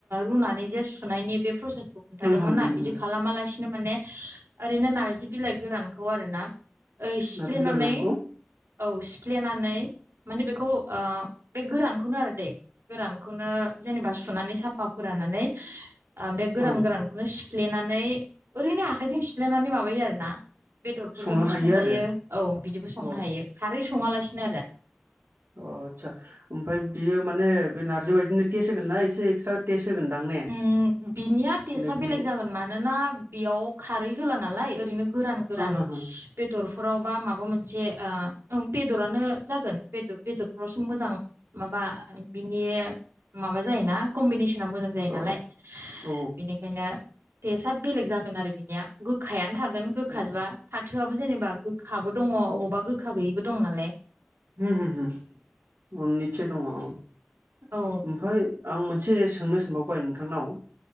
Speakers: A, on the right; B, on the right.
A: रुनानैबो जे सुनायनि प्रसेसखौ खोन्थादोंमोन
B: ओम होम
A: ना,
B: ओम
A: बिदि
B: ओम
A: खालामालासिनो माने ओरैनो नारजि बिलाइ गोरानखौ आरो ना सिफ्लेनानै
B: नारजि बिलाइ गोरानखौ
A: औ फ्लेनानै माने बेखौ ओ बे गोरानखौनो आरो दै गोरानखौनो जेनेबा सुनानै साफा फोराननानै बे गोरान
B: औ
A: गोरानखौनो सिफ्लेनानै ओरैनो आखाइजों सिफ्लेनानै माबायो आर ना । बेदरफोरजोंबो
B: संनो हायो
A: संजायो
B: आरो
A: औ बिदिबो संनो
B: औ
A: हायो । खारै सङालासिनो आरो
B: अ आदसा, ओमफ्राय बियो माने बे नारजि बायदिनो टेस्ट होगोनना एसे एक्सट्रा टेस्ट होगोनदां ने
A: उम बिनिया टेस्ट
B: माने बिनि
A: बेलेग जागोन, मानोना बेयाव खारै होला नालाय ओरैनो गोरान गोरान
B: हो हो हो
A: बेदरफोराव बा माबा मोनसे जे ओ बेदरानो जागोन, बेदर बेदरफ्रासो मोजां माबा बिनि माबा जायो ना, कम्बिनेसना मोजां जायो ।
B: ओ
A: नालाय
B: औ औ
A: बेनिखायनो टेस्टया बेलेग जागोन आरो बिनिया गोखायानो थागोन गोखाजोबा
B: ओ
A: फाथोआबो जेनेबा गोखाबो दङ, अबावब अबेबा गोखा गैयिबो दं नालाय
B: हो हो मोनैसे दङ ।
A: औ
B: ओमफ्राय आं मोनसे सोंनो सानबावबाय नोंथांनाव